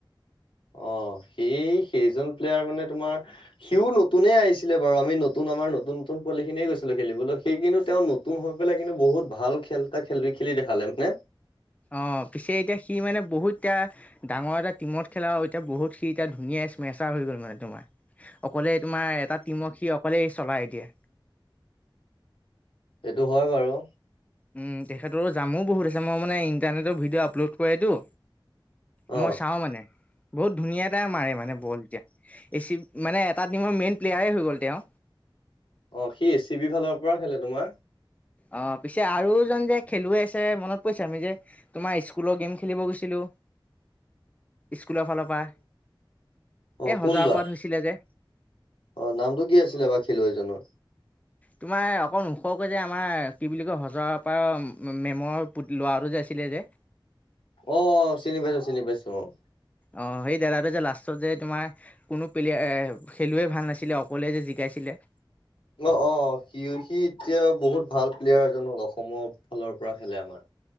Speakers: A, on the left; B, on the left.
A: অ', সেই সেইজন প্লেয়াৰ মানে তোমাৰ সিও নতুনেই আহিছিলে বাৰু আমি নতুন আমাৰ নতুন নতুন পোৱালী খিনিয়ে গৈছিলে খেলিবলৈ সি কিন্তু তেওঁ নতুন হৈ পেলাই কিন্তু বহুত ভাল খেল এটা খেলি খেলি দেখালে মানে।
B: অ', পিছে এতিয়া সি মানে বহুত এতিয়া ডাঙৰ এটা টিমত খেলা হয়। এতিয়া বহুত সি এতিয়া ধুনীয়া স্মেচাৰ হৈ গ'ল মানে তোমাৰ, অকলে তোমাৰ এটা টিমক সি অকলে চলাই এতিয়া।
A: এইটো হয়, বাৰু।
B: উম, তেখেতৰো জামো বহুত আছে, মই মানে ইণ্টাৰনেটৰ ভিডিঅ' আপলোড কৰেতো।
A: অ
B: মই চাও মানে, বহুত ধুনীয়া এটাই মাৰে মানে বল এতিয়া। এ চি মানে এটা টিমৰ মেইন প্লেয়াৰে হৈ গ'ল তেওঁ।
A: অ', সি এ চি বি ফালৰ পৰা খেলে তোমাৰ।
B: অ', পিছে আৰুজন যে, খেলুৱৈ আছে মনত পৰিছে আমি যে তোমাৰ স্কুলৰ গেম খেলিব গৈছিলো। স্কুলৰ ফালৰ পৰা
A: অ
B: এই
A: কোন
B: হজৰাপৰাত
A: বা
B: হৈছিলে যে।
A: অ', নামটো কি আছিলে বাৰু খেলুৱৈজনৰ?
B: তোমাৰ অকণ ওখকৈ যে, আমাৰ কি বুলি কয় হজৰাপৰা মেমৰ পুট ল'ৰাটো যে, আছিলে যে।
A: অ', চিনি পাইছো চিনি পাইছো অ'।
B: অ', সেই দাদাটোৱে লাষ্টত যে, তোমাৰ কোনো প্লেয়াৰ খেলুৱৈ ভাল নাছিলে অকলে যে জিকাইছিলে।
A: অ', অ', সি সি এতিয়া বহুত ভাল প্লেয়াৰ এজন হ'ল অসমৰ ফালৰ পৰা খেলে আমাৰ।